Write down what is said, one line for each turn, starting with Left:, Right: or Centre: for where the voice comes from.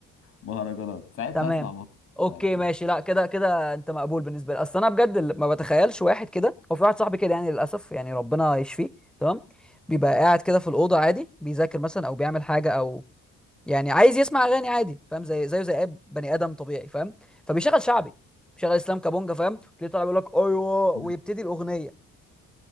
Left: مهرجانات ساعتها
Centre: تمام
Left: اسمع
Centre: اوكي
Left: مهرجانات
Centre: ماشي لا كده كده انت مقبول بالنسبه لي اصل انا بجد اللي ما بتخيلش واحد كده هو في واحد صاحبي كده يعني للاسف يعني ربنا يشفيه تمام بيبقى قاعد كده في الاوضه عادي بيذاكر مثلا او بيعمل حاجه او يعني عايز يسمع اغاني عادي فاهم زي زيه زي اي بني ادم طبيعي فاهم فبيشغل شعبي بيشغل اسلام كابونجا فاهم تلاقيه طالع بيقول لك ايوه ويبتدي
Left: <laughs>
Centre: الاغنيه